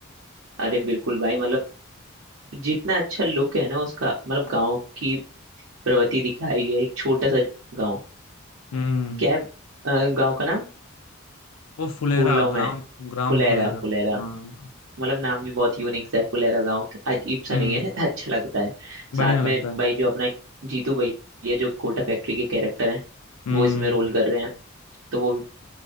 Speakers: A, on the right; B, on the left.
A: अरे बिल्कुल भाई मतलब जितना अच्छा लुक है ना उसका मतलब गांव की प्रवृत्ति दिखाई है एक छोटा सा गांव
B: हम्म
A: क्या है, अ, गांव का नाम
B: वो फुलेरा
A: भूल रहा हूँ मैं
B: ग्राम ग्राम
A: फुलेरा
B: फुलेरा
A: फुलेरा
B: हाँ
A: मतलब नाम भी बहुत यूनिक सा है फुलेरा गांव का अजीब सा
B: हम्म
A: नहीं है <laughs> अच्छा लगता है
B: बढ़िया
A: साथ
B: लगता
A: में
B: है
A: भाई जो अपना जीतू भैया जो कोटा फैक्ट्री के कैरेक्टर हैं
B: हम्म
A: वो इसमें रोल कर रहे हैं तो वो भी